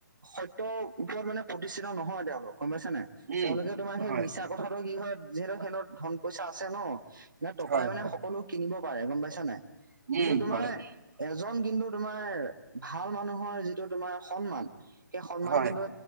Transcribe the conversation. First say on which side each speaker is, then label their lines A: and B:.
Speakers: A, on the right (about 85°); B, on the right (about 55°).
A: সত্যৰ ওপৰত মানে প্ৰতিষ্ঠিত নহয় তেওঁলোক গম পাইছা নাই?
B: উম
A: তেওঁলোকে তোমাৰ সেই
B: হয়
A: মিছা কথাটো কি হয় যিহেতু সেহঁতৰ ধন পইচা আছে ন না টকাই
B: হয়
A: মানে সকলো কিনিব পাৰে গম পাইছা নাই।
B: উম
A: কিন্তু তোমাৰ
B: হয়
A: এজন কিন্তু তোমাৰ ভাল মানুহৰ যিটো তোমাৰ সন্মান। সেই সন্মান
B: হয়
A: কিন্তু